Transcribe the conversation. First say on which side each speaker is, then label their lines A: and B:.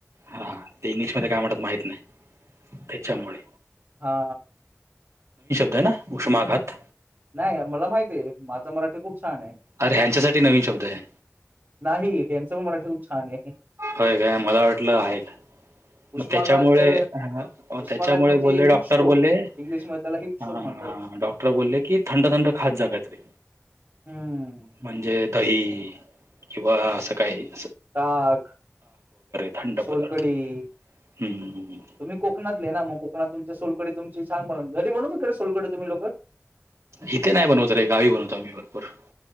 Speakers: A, on the right; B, on the right.
A: हा ते इंग्लिश मध्ये काय म्हणतात माह नाही. त्याच्यामुळे
B: हा.
A: तय ना उष्माघात.
B: नाही. मला माहितीए. माझं मराठी खूप छान ये.
A: अरे ह्यांच्यासाठी नवीन शब्द आहे
B: नाही. यांच पण मराठी खूप छानये.
A: होय काय. मला वाटलं आहे काय.
B: उष्माघात
A: मग त्याच्यामुळे,
B: उष्माघात
A: त्याच्यामुळे
B: म्हणजे
A: बोले
B: हिट
A: डॉक्टर
B: स्ट्रोक
A: बोलले
B: इंग्लिशमध्ये त्याला हिट स्ट्रोक
A: ह हा
B: म्हणतात.
A: डॉक्टर बोलले की थंड थंड खात जा काहितरी.
B: हम्म
A: म्हणजे दही किंवा असं काही --
B: ताक,
A: थंड
B: सोलकडी.
A: पदार्थ. हम्म.
B: तुम्ही कोकणातले ना मग कोकणातून -- सोलकडी तुमची छान बन घरी बनवता कारे सोलकडी तुम्ही लोक?
A: इथे नाही बनवत रे गावी बनवतो. आमी भरपूर.